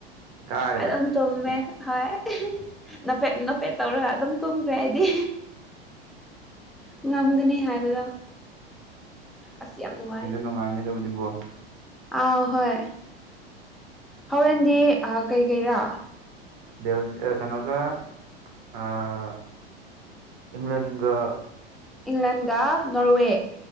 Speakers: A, on the right; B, in the centre.
A: ꯀꯥꯒ꯭ꯔꯦ
B: ꯑꯗꯨꯝ ꯇꯨꯝꯃꯦ ꯍꯣꯏ ꯅꯣꯐꯦꯠ ꯅꯣꯐꯦꯠ ꯇꯧꯔꯒ ꯑꯗꯨꯝ ꯇꯨꯝꯈ꯭ꯔꯦ ꯑꯩꯗꯤ ꯉꯝꯒꯅꯤ ꯍꯥꯏꯕꯗꯣ ꯑꯁ ꯌꯥꯝ ꯅꯨꯡꯉꯥꯏ
A: ꯅꯨꯡꯉꯥꯏꯅꯦꯗꯨꯕꯨꯗꯤ ꯕꯣꯜ
B: ꯑꯥꯎ ꯍꯣꯏ ꯍꯣꯔꯦꯟꯗꯤ ꯀꯩꯀꯩꯔꯥ
A: ꯕꯦꯜ ꯀꯩꯅꯣꯒ ꯑꯥ ꯏꯪꯂꯦꯟꯒ
B: ꯏꯪꯂꯦꯟꯒ ꯅꯣꯔꯋꯦ